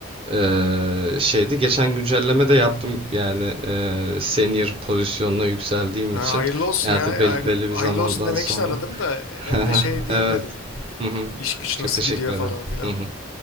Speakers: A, on the right; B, on the left.
A: Ee, şeydi geçen güncelleme de yaptım yani e, senior pozisyonuna yükseldiğim
B: Ha,
A: için
B: hayırlı olsun
A: Yani
B: ya.
A: artık bel-
B: Hayırlı,
A: belli
B: hayırlı
A: bir zamandan
B: olsun demek
A: sonra
B: için aradım da
A: <laughs>
B: hem de şey diyeyim
A: evet
B: dedim.
A: Hı hı.
B: İş güç
A: çok
B: nasıl
A: teşekkür
B: gidiyor
A: ederim
B: falan filan.
A: Hı hı.